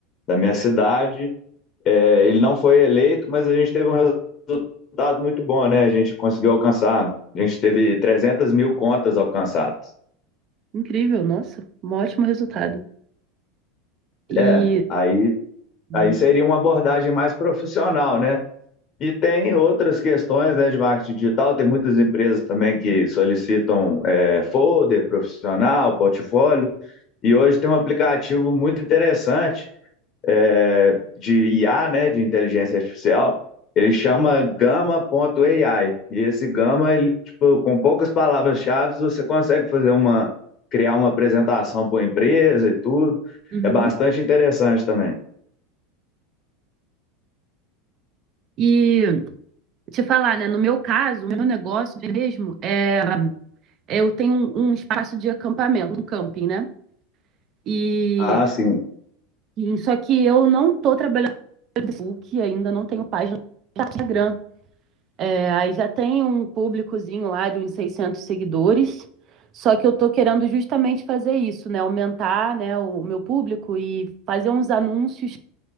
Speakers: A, on the left (about 40°); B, on the right (about 45°).
A: da minha cidade. É, ele não foi eleito, mas a gente teve um resultado muito bom, né? A gente conseguiu alcançar, a gente teve trezentas mil contas alcançadas.
B: Incrível, nossa, um ótimo resultado. E
A: É, aí,
B: Uhum.
A: aí seria uma abordagem mais profissional, né? E tem outras questões, né, de marketing digital, tem muitas empresas também
B: Uhum.
A: que solicitam é, folder profissional, portfólio, e hoje tem um aplicativo muito interessante é, de IA, né, de inteligência artificial, ele chama Gama ponto Gama.ai, e esse Gama, ele, tipo, com poucas palavras-chave, você consegue fazer uma, criar uma apresentação para a empresa e tudo,
B: Uhum.
A: é bastante interessante também.
B: E te falar, né? No meu caso, o meu negócio mesmo é eu tenho um, um espaço de acampamento, um camping, né? E,
A: Ah, sim.
B: e só que eu não tô trabalhando no Facebook, ainda não tenho página no Instagram. É, aí já tem um públicozinho lá de uns 600 seguidores. Só que eu tô querendo justamente fazer isso, né? Aumentar, né, o meu público e fazer uns anúncios